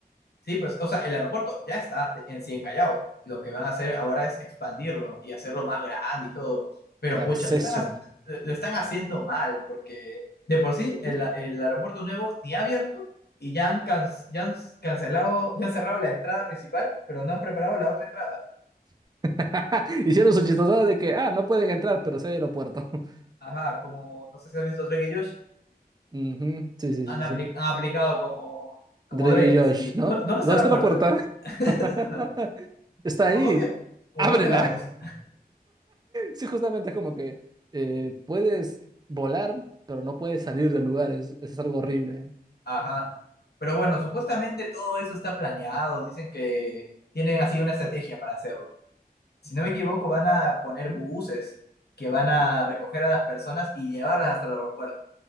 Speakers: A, on the left; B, on the right.
A: Sí, pues, o sea, el aeropuerto ya está te- en sí en Callao. Lo que van a hacer ahora es expandirlo y hacerlo más grande y todo. Pero
B: El acceso.
A: pucha, lo están, ha- lo están haciendo mal, porque de por sí el,
B: Mm.
A: el aeropuerto nuevo ni ha abierto y ya han, can- ya han cancelado, ya han cerrado la entrada principal, pero no han preparado la otra entrada.
B: <laughs> Hicieron su chistosada de que, ah, no pueden entrar, pero sí hay aeropuerto. <laughs>
A: Ajá, como no sé si has visto Drake y Josh,
B: Ujú, Sí, sí,
A: han,
B: sí,
A: apli-
B: sí.
A: han aplicado como, como
B: Drake
A: Drake,
B: y Josh,
A: así.
B: ¿no?
A: ¿Dó- ¿Dónde,
B: ¿Dónde
A: está la
B: está
A: puerta?
B: la puerta?
A: <laughs>
B: <laughs> Está ahí.
A: ¿Por dónde, por
B: Ábrela.
A: dónde vamos?
B: Sí, justamente es como que eh, puedes volar, pero no puedes salir del lugar. Es, es algo horrible.
A: Ajá. Pero bueno, supuestamente todo eso está planeado. Dicen que tienen así una estrategia para hacerlo. Si no me equivoco, van a poner buses que van a recoger a las personas y llevarlas hasta el aeropuerto.